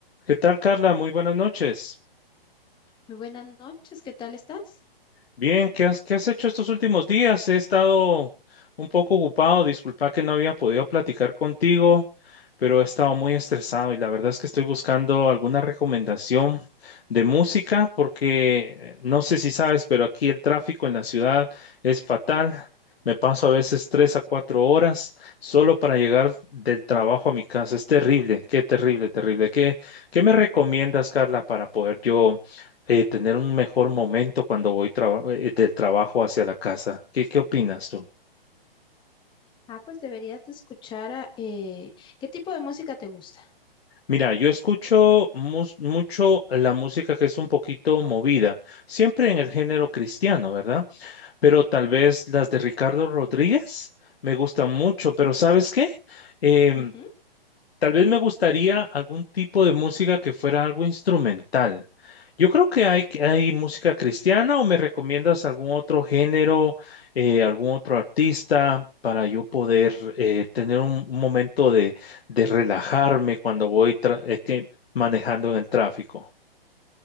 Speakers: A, on the left; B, on the left.
A: ¿Qué tal, Carla? Muy buenas noches.
B: Muy buenas noches, ¿qué tal estás?
A: Bien, ¿qué has, qué has hecho estos últimos días? He estado un poco ocupado, disculpa que no había podido platicar contigo, pero he estado muy estresado y la verdad es que estoy buscando alguna recomendación de música porque eh, no sé si sabes, pero aquí el tráfico en la ciudad es fatal. Me paso a veces tres a cuatro horas solo para llegar del trabajo a mi casa. Es terrible, qué terrible, terrible. ¿Qué, qué me recomiendas, Carla, para poder yo eh, tener un mejor momento cuando voy traba- eh, del trabajo hacia la casa. ¿Qué, qué opinas tú?
B: Ah, pues deberías de escuchar a, eh, ¿qué tipo de música te gusta?
A: Mira, yo escucho mus- mucho la música que es un poquito movida, siempre en el género cristiano, ¿verdad? Pero tal vez las de Ricardo Rodríguez me gustan mucho, pero ¿sabes qué? Em,
B: Ujú.
A: Tal vez me gustaría algún tipo de música que fuera algo instrumental. Yo creo que hay, hay música cristiana o me recomiendas algún otro género, eh, algún otro artista para yo poder eh, tener un, un momento de, de relajarme cuando voy tra- eh, que- manejando en el tráfico.